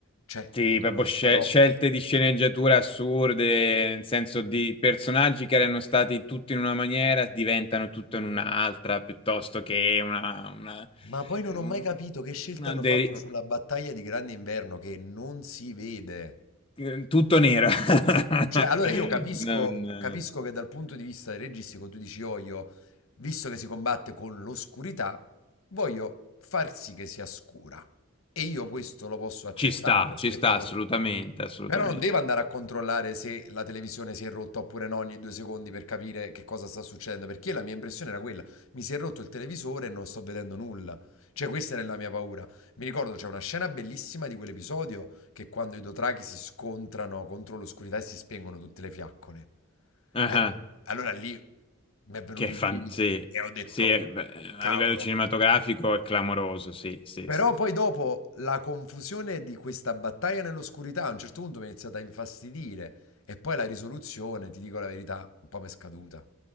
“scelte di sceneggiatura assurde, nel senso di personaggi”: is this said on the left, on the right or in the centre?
Left